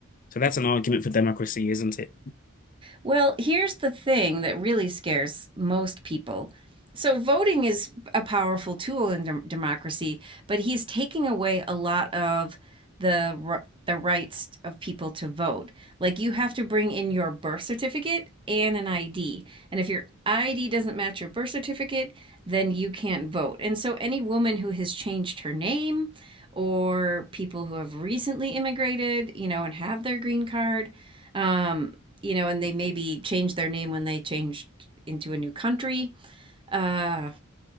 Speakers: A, on the left (about 40°); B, on the right (about 25°).
A: So that's an argument for democracy, isn't it?
B: Well, here's the thing that really scares most people. So, voting is a powerful tool in dem- democracy, but he's taking away a lot of the r- the rights of people to vote. Like you have to bring in your birth certificate and an ID. And if your ID doesn't match your birth certificate, then you can't vote. And so any woman who has changed her name or people who have recently immigrated, you know, and have their green card, um, you know, and they maybe change their name when they changed into a new country. Uh,